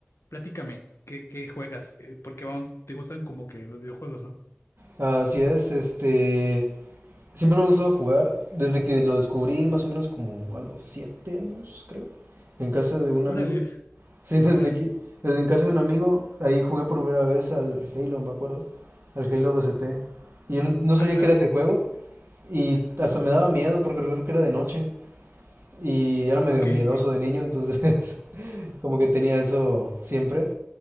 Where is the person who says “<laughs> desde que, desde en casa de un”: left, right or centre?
Right